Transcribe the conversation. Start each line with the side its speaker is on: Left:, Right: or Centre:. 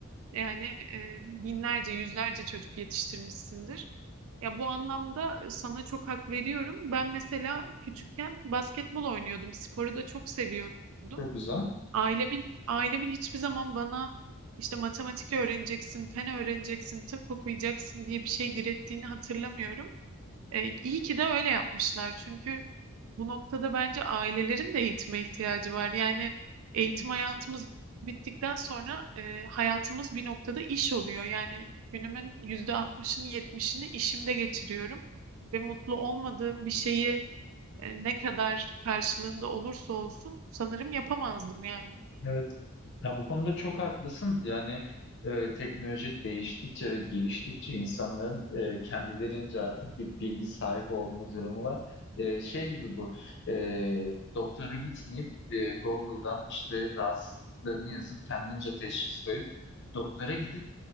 Right: yani e, binlerce, yüzlerce çocuk yetiştirmişsindir. Ya bu anlamda sana çok hak veriyorum. Ben mesela küçükken basketbol oynuyordum. Sporu da çok seviyordum.
Left: çok güzel.
Right: Ailemin ailemin hiçbir zaman bana işte matematik öğreneceksin, fen öğreneceksin, tıp okuyacaksın diye bir şey direttiğini hatırlamıyorum. E, iyi ki de öyle yapmışlar çünkü bu noktada bence ailelerin de eğitime ihtiyacı var. Yani eğitim hayatımız bittikten sonra e, hayatımız bir noktada iş oluyor. Yani günümün yüzde 60'ını 70'ini işimde geçiriyorum ve mutlu olmadığım bir şeyi e, ne kadar karşılığında olursa olsun sanırım yapamazdım yani.
Left: Evet. Ya bu konuda çok haklısın. Yani e, teknoloji değiştikçe ve geliştikçe insanların e, kendilerince artık bir bilgi sahibi olma durumu var. E, şey gibi bu. E, doktora gitmeyip e, Google'dan işte rahatsızlıklarını yazıp kendince teşhis koyup doktora gidip